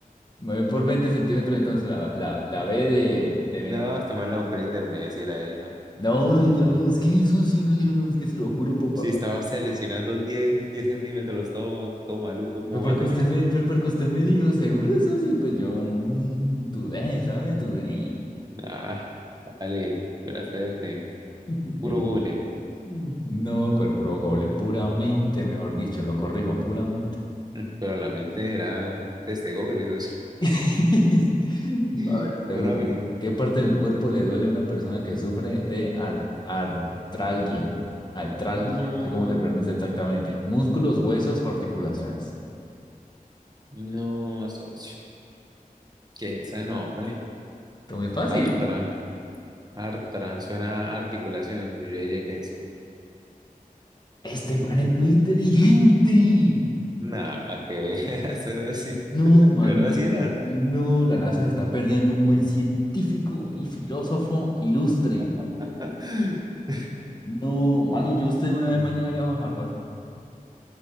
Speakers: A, on the left (about 30°); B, on the right (about 25°).
A: Me voy por 20 centímetros, entonces la, la, la B de, de
B: No,
A: 20.
B: hasta me la busqué en internet, si era esa.
A: No,
B: No.
A: yo no lo busqué, socio, no, yo no lo busqué, se lo juro por
B: Si
A: papá.
B: estaba seleccionando 10 10 centímetros, todo, todo maluco, ¿cómo
A: Pues porque
B: va a ser
A: usted
B: <laughs> eso?
A: me, pues porque usted me dijo, ¿seguro eso sí? Pues yo mm, dudé, ¿sabes? Dudé.
B: Nah, vale, buena suerte.
A: <laughs>
B: Puro Google.
A: No, cual puro gole, puramente, mejor dicho, lo corrijo, puramente.
B: <laughs> Pero la mente era desde Google. digo,
A: <laughs> A
B: sí.
A: ver, le pregunto,
B: Bueno, hágale.
A: ¿qué parte del cuerpo le duele a una persona que sufre de ar- artralgia? Artralgia,
B: No,
A: no sé cómo se pronuncia exactamente. Músculos, huesos o articulaciones.
B: no, socio. ¿Qué es ese nombre?
A: Está muy fácil.
B: Artra, Artra. Suena a articulaciones, socio. Yo diría que es.
A: Este man es muy inteligente.
B: Nada, para que veas, socio.
A: No,
B: <laughs>
A: man,
B: De verdad, sí era.
A: no, la NASA se está perdiendo un buen científico y filósofo ilustre.
B: <laughs>
A: No, mano, yo usted una
B: Mm.
A: vez mañana viajo a Harvard.